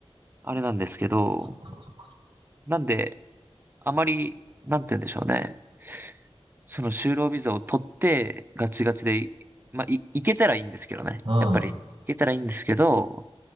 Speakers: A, on the right; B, on the right.
A: あれなんですけど、
B: そっかそっかそっか。
A: なんで、あまり、なんて言うんでしょうね。その就労ビザを取って、ガチガチで、まあ、い、いけたらいいんですけどね。
B: うん。
A: やっぱり、いけたらいいんですけど、